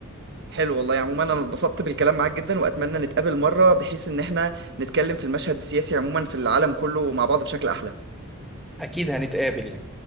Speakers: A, on the right; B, in the centre.
A: حلو والله عموما انا اتبسطت بالكلام معاك جدا واتمنى نتقابل مرة بحيث ان احنا نتكلم في المشهد السياسي عموما في العالم كله مع بعض بشكل احلى
B: اكيد هنتقابل يعني